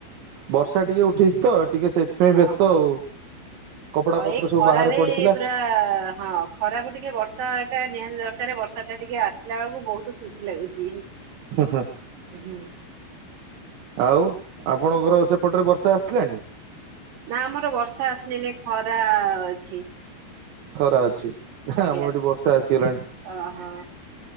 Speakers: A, on the right (about 70°); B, on the right (about 50°).
A: ବର୍ଷା ଟିକେ ଉଠେଇଚି ତ ଟିକେ ସେଥିପାଇଁ ବ୍ୟସ୍ତ
B: ଓହୋ ହଁ
A: ଆଉ। କପଡା ପତ୍ର
B: ଏଇ ଖରାରେ
A: ସବୁ ବାହାରେ ପଡିଥିଲା
B: ପୁରା ହଁ ଖରାକୁ ଟି ଟିକେ ବର୍ଷାଟା ନିହାତି ଦରକାର ବର୍ଷାଟା ଟିକେ ଆସିଲା ବେଳୁକୁ ବହୁତ ଖୁସି ଲାଗୁଚି
A: ହଁ
B: ହୁଁ।
A: ଆଉ ଆପଣଙ୍କର ସେପଟରେ ବର୍ଷା ଆସିଲାଣି?
B: ନା ଆମର ବର୍ଷା ଆସିନି ଖରା ଅଛି।
A: ଖରା ଅଛି ହାଁ
B: ଆଜ୍ଞା
A: ଆମ ଏଠି ବର୍ଷା ଆସିଗଲାଣି
B: ଓହୋ।